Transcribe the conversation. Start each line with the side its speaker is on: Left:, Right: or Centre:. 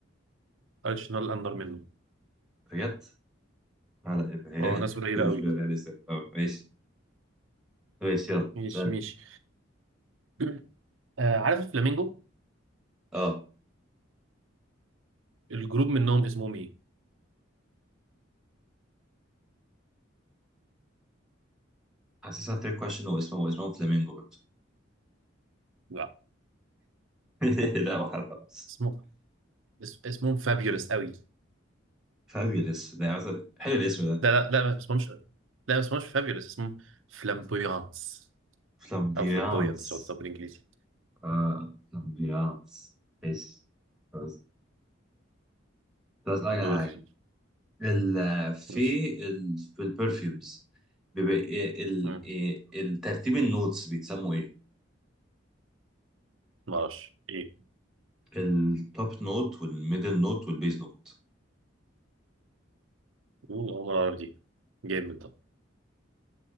Right: ارتش نل اندر منه
Centre: بجد لا لا يبقى <laughs>
Right: اه ناس قليلة
Centre: هي
Right: قوي
Centre: مش بيرياليستيك اه ماشي ماشي يلا
Right: ماشي
Centre: اسالني
Right: ماشي <clears throat> آه عارف الفلامينجو
Centre: اه
Right: الجروب منهم اسمهم ايه؟
Centre: حاسسها تريك كويشن واسمه واسمه فلامينجو برضه
Right: لا
Centre: <laughs> لا ما خلاص
Right: اسمه اس- اسمهم فابيولس قوي
Centre: فابيولس ده عاوز- حلو الاسم ده
Right: لا لا لا ما اسمهمش لا ما اسمهمش فابيولس اسمهم فلامبويانس
Centre: فلامبيانس
Right: او فلامبويانس لو تطلع بالانجليزي
Centre: اه فلامبيانس ماشي خلاص طب اسالك
Right: دول
Centre: على حاجه
Right: كتير
Centre: ال في
Right: ماشي
Centre: ال في البرفيومز بيبقى إيه- ال
Right: مم.
Centre: إيه- الترتيب النوتس بيتسموا ايه؟
Right: ما اعرفش ايه
Centre: التوب نوت والميدل نوت والبيز نوت
Right: اوه أول مرة اعرف دي جامد ده